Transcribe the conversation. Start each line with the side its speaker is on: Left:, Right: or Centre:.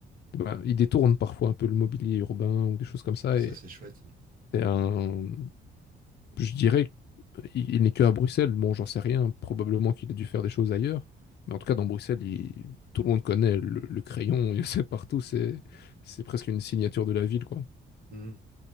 Left: bah, il détourne parfois un peu le mobilier urbain ou des choses comme ça,
Right: ah, ça
Left: et
Right: c'est chouette.
Left: C'est un... Je dirais qu'il il n'est que à Bruxelles. Bon, j'en sais rien. Probablement qu'il a dû faire des choses ailleurs. Mais en tout cas, dans Bruxelles, il- tout le monde connaît le, le crayon. <laughs> Il sait partout. C'est c'est presque une signature de la ville, quoi.
Right: Hmm.